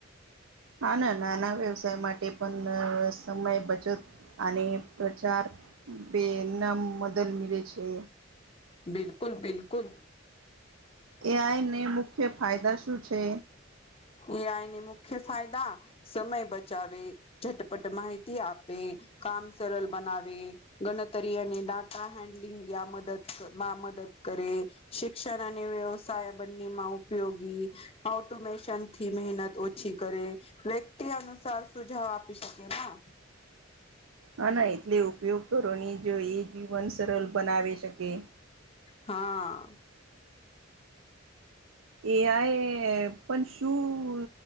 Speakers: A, on the right (about 80°); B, on the left (about 30°).
A: હા ને નાના વ્યવસાય માટે પણ સમય બચત અને પ્રચાર બેના મદદ મીલે છે.
B: બિલકુલ બિલકુલ.
A: એ આઈ ને મુખ્ય ફાયદા શું છે?
B: એ આઈના મુખ્ય ફાયદા સમય બચાવે. ઝટપટ માહિતી આપે, કામ સરલ બનાવે. ગનતરી અને ડાટા હેન્ડલિંગ યા મદદમાં મદદ કરે. શિક્ષણ અને વ્યવસાય બંનેમાં ઉપયોગી. ઓટોમેશનથી મહેનત ઓછી કરે. વ્યક્તિ અનુસાર સુજાવ આપી શકીએ ના.
A: હ ના એટલે ઉપયોગ તો રોની જોઈએ જીવન સરલ બનાવી શકે.
B: હા.
A: એ આઈ પણ શું